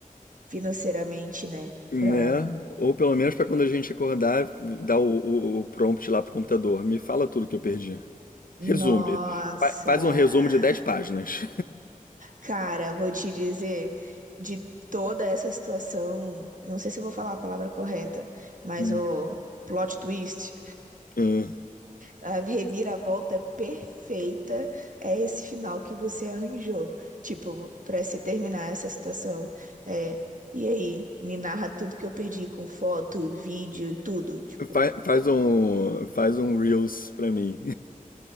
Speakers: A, on the right; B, on the left.
A: financeiramente, né?
B: Né?
A: Pra...
B: Ou pelo menos pra quando a gente acordar, dar o, o- o prompt lá pro computador. Me fala tudo que eu perdi. Resume.
A: Nossa!
B: Fa- Faz um resumo de dez páginas.
A: Cara, vou te dizer, de toda essa situação, eu não sei se eu vou falar a palavra correta, mas
B: Hum.
A: o plot twist.
B: Ah.
A: A reviravolta perfeita é esse final que você arranjou. Tipo, pra se terminar essa situação. É, e aí, me narra tudo que eu perdi com foto, vídeo, tudo. Tipo,
B: Fa- Faz um, faz um Reels pra mim.